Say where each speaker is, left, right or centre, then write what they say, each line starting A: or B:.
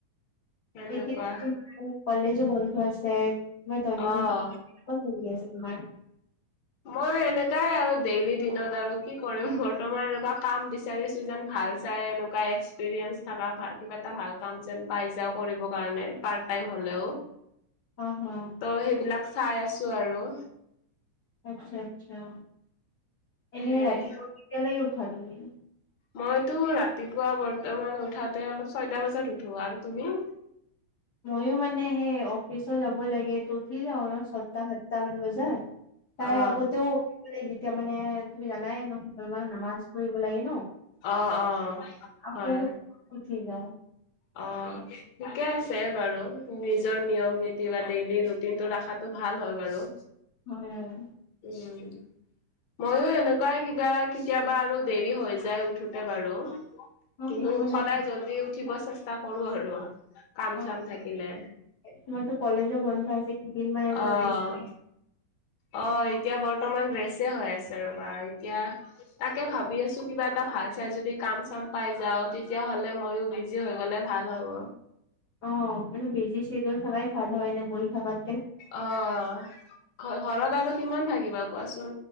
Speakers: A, on the left; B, on the left.
A: সেনেকুৱা
B: এতিয়া যে তোমাৰ কলেজো বন্ধ আছে তোমাৰ দৈনিক
A: অ
B: <unintelligible> চলি আছে তোমাৰ।
A: মই এনেকাই আৰু ডেইলি দিনত আৰু কি কৰিম বৰ্তমান এনেকুৱা কাম বিচাৰি আছো যেন ভাল চাই এনেকুৱা এক্সপিৰিয়েঞ্চ থকা কিবা এটা ভাল কাম যেন পাই যাওঁ কৰিবৰ কাৰণে। পাৰ্ট টাইম হ'লেও,
B: অ হা
A: ত' সেইবিলাক চাই আছো আৰু।
B: আচ্ছা আচ্ছা,
A: সেয়াই
B: এনে ৰাতিপুৱা কেতিয়ালৈকে উঠা তুমি?
A: মইতো ৰাতিপুৱা বৰ্তমান উঠাতে অলপ ছয়টা বজাত উঠো আৰু তুমি?
B: ময়ো মানে সেই অফিচো যাব লাগে উঠি যাওঁ আৰু ছয়টা সাতটা মান বজাত তাৰে
A: অ
B: আগতেও <unintelligible> যেতিয়া মানে তুমি জানাই ন <unintelligible> নামাজ বুলিব লাগে ন,
A: অ অ
B: আকৌ
A: হয়
B: <unintelligible> উঠি যাওঁ।
A: অ', ঠিকে আছে বাৰু নিজৰ নিয়ম নীতি বা ডেইলি ৰুট <unintelligible> ৰাখাতটো ভাল হয় বাৰু,
B: হয় হয়
A: উম। ময়ো এনেকুৱাই কিবা কেতিয়াবা আৰু দেৰি হৈ যায় উঠোতে বাৰু।
B: অ
A: কিন্তু
B: একো
A: সদায়
B: নাই
A: জল্দি উঠিব চেষ্টা কৰো আৰু, কাম
B: অ,
A: চাম থাকিলে।
B: তোমাৰতো কলেজো বন্ধ আছে কেইদিন <unintelligible> আৰু
A: অ',
B: ৰেষ্ট
A: অ', এতিয়া বৰ্তমান ৰেছে হৈ আছে ৰ'বা এতিয়া তাকে ভাবি আছো কিবা এটা ভাল চাই যদি কাম চাম পাই যাওঁ তেতিয়া হ'লে ময়ো বি <unintelligible> হৈ গ'লে ভাল হ'ব।
B: অ', মানে বিজি চেডিউল থাকাই ভাল হয় এনে বহি থাকাত
A: অ', ঘ-ঘৰত আৰু কিমান থাকিবা কোৱাচোন